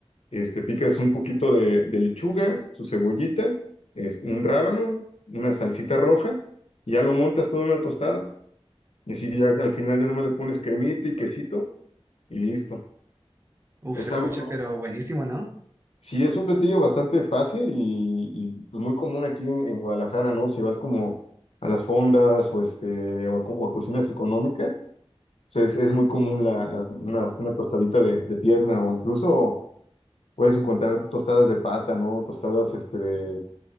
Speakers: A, on the left; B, on the right.
A: este, picas un poquito de, de lechuga, su cebollita, es, un rábano, una salsita roja, y ya lo montas todo en una tostada. Y así ya al final ya nomás le pones cremita y quesito y listo.
B: Uf,
A: Es
B: se escucha,
A: algo,
B: pero buenísimo, ¿no?
A: sí, es un platillo bastante fácil y, y, pues, muy común aquí en, en Guadalajara, ¿no? Si vas como a las fondas o, este, o, a, co- o a cocinas económicas, o es, es muy común la, la- una, una tostadita de, de pierna o incluso Puedes encontrar tostadas de pata, ¿no? Tostadas este, de,